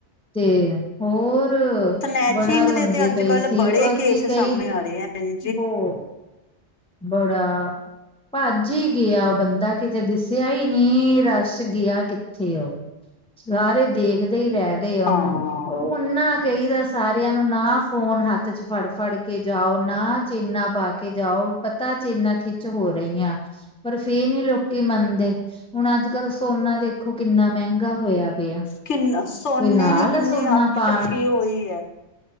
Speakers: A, in the centre; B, on the left.
A: ਤੇ ਹੋਰ
B: ਸਨੈਚਿੰਗ
A: ਬੜਾ ਰੋਂਦੀ
B: ਦੇ ਤੇ ਅੱਜ-ਕੱਲ੍ਹ
A: ਪਈ ਸੀ।
B: ਬੜੇ
A: ਅ ਅਸੀ
B: ਕੇਸ
A: ਕਈ
B: <inaudible>
A: ਬੋਹ ਬੜਾ ਭੱਜ ਈ ਗਿਆ ਓ ਬੰਦਾ ਕਿਤੇ ਦਿਸਿਆ ਈ ਨਈ ਰਸ਼ ਗਿਆ ਕਿੱਥੇ ਓ ਸਾਰੇ ਦੇਖ ਦੇਖਦੇ ਈ ਰੈ ਗਏ ਉਹਨੂੰ
B: ਹਾਂ
A: ਓ ਓਨਾ ਕਈ ਦਾ ਸਾਰਿਆਂ ਨੂੰ ਨਾ ਫੋਨ ਹੱਥ 'ਚ ਫੜ-ਫੜ ਕੇ ਜਾਓ ਨਾ ਚੇਨਾ ਪਾ ਕੇ ਜਾਓ। ਪਤਾ ਚੇਨਾ ਖਿੱਚ ਹੋ ਰਈਆਂ ਪਰ ਫਿਰ ਨੀ ਲੋਕੀ ਮੰਨਦੇ ਹੁਣ ਅੱਜ ਕੱਲ ਸੋਨਾ ਦੇਖੋ ਕਿੰਨਾ ਮਹਿੰਗਾ ਹੋਇਆ ਪਿਆ।
B: ਕਿੰਨਾ ਸੋਨੇ
A: ਕੋਈ ਹਾਲ
B: ਨੇ ਕਿੰਨੀ
A: ਆ ਸੋਨਾ
B: ਅੱਤ
A: ਪਾਣ
B: ਚੱਕੀ ਹੋਈ ਐ।